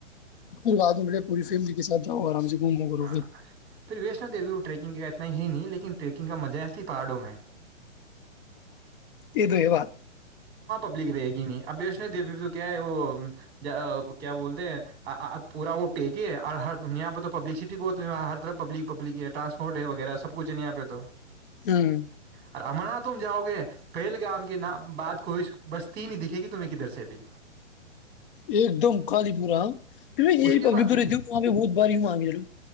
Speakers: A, on the left; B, on the right.
A: پھر بعد میں ملے پوری فیملی کےاتھ جاؤ آرام سے گھومو کرو
B: ہاں
A: پھر
B: پھر وش نو دیوی وہ ٹیکنگ کا اتنا ہی نہیں لیکن ٹیکنگ کا مزہ ہے الی پہاڑوں میں
A: یہ تو یہ بات
B: ک رہے گی نہیں اب اس نے د کیا وہ کیا بولتے ہیں پورا وہ پی گے اور ہر یہ پہ تو پبلسٹی بہتاں ہر طر پبلک پبلک ہے ٹرسپورٹ ہے وغیرہ سب کچ ہے ن یہاں پہ تو
A: ہوں
B: اور امرناتھ تم جاؤ گے پھیل گام کے ن بات کوئی بستی نہیں دکھے گی تمہیں کدھر سے بھی
A: ایک دم کالی پورہ پھر یہ
B: اس کے
A: پب
B: بعد
A: تو رہتی ہوں وہاں پہ بہت بار ہوں آگ گےرور